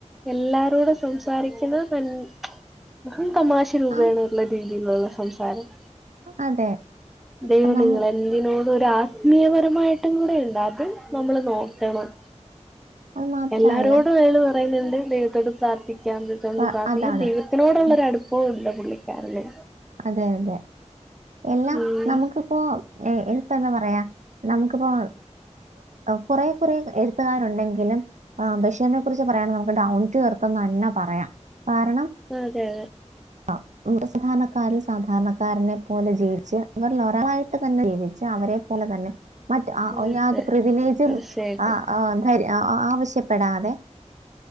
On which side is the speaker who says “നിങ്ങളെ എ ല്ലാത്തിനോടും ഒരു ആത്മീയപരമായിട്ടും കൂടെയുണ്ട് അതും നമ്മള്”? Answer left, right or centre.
Centre